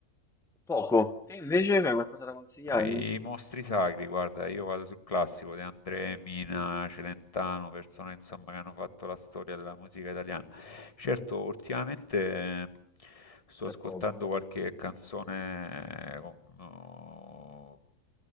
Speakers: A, in the centre; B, on the left.
A: Poco. Te invece hai qualcosa da consigliarmi?
B: Ai mostri sacri, guarda, io vado sul classico De André, Mina, Celentano, persone insomma che hanno fatto la storia della musica italiana. Certo, ultimamente eh, sto
A: C'è
B: ascoltando
A: poco, eh.
B: qualche canzone, eh, con- no,